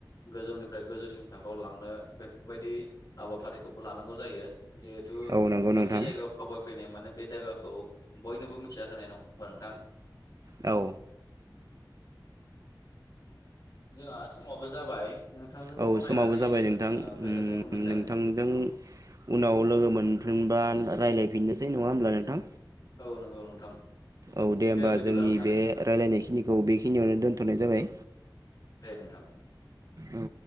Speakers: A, on the left (about 50°); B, on the right (about 45°).
A: गोजौनिफ्राय गोजौसिम थाखोआव लांनो बेफोरबायदि हाबाफारिखौबो लानांगौ जायो जिहेथु
B: औ नंगौ
A: मोनसे
B: नोंथां
A: जायगायाव फैनाय माने बे जायगाखौ बयनोबो मिथिना होनाय नङा नोंथां
B: औ
A: जोंहा समाबो जाबाय नोंथांजों
B: औ
A: सावरायनानै
B: समाबो जाबाय नोंथां
A: गोजोननायबो
B: उम
A: मोनदों
B: नोंथांजों
A: औ
B: उनाव लोगो मोनफिनबा रायज्लायफिननोसै नङा होमब्ला नोंथां
A: औ नंगौ नोंथां
B: औ दे होमबा
A: बिदिब्ला
B: जोंनि
A: नोंथां
B: बे रायलायनाय खिनिखौ बेखिनियावनो दोन दोन्थ'नाय जाबाय
A: दे नोंथां
B: औ